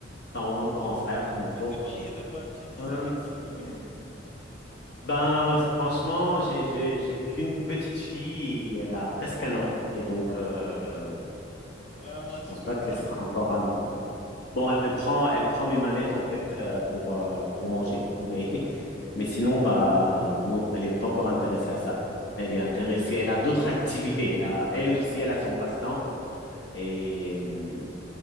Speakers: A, on the left; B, on the left.
A: enfin, ou un grand frère, n'importe.
B: Mais t'es marié, t'as pas un petit-fils
A: Euh,
B: avec qui jouer?
A: ben, franchement, j'ai, j'ai, j'ai qu'une petite fille et elle a presque un an. Et donc, euh,
B: <laughs> Vraiment,
A: je
B: tu
A: pense
B: peux
A: pas qu'elle
B: pas.
A: sera encore un. Bon, elle prend, elle prend mes manettes, en fait, euh, pour, euh, pour manger. Mais, <laughs> mais sinon, bah, non, elle est pas encore intéressée à ça. Elle est intéressée, elle a d'autres activités. Elle a, elle aussi, elle a son passe-temps. Et euh,